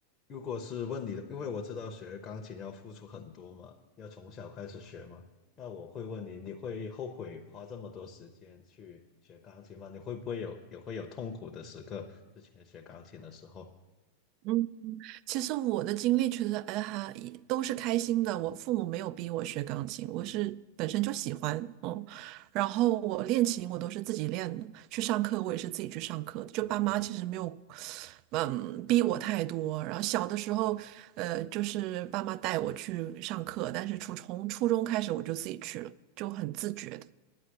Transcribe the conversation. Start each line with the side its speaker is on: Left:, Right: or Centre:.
Left: 如果是问你的，因为我知道学钢琴要付出很多嘛，要从小开始学嘛，那我会问你，你会后悔花这么多时间去学钢琴吗？你会不会有也会有痛苦的时刻？之前学钢琴的时候，
Right: 嗯。其实我的经历其实，哎哈，也都是开心的。我父母没有逼我学钢琴，我是本身就喜欢，嗯。然后我练琴，我都是自己练的，去上课我也是自己去上课的就爸妈其实没有，嗯，逼我太多。然后小的时候，呃，就是爸妈带我去上课，但是初从初中开始我就自己去了，就很自觉的，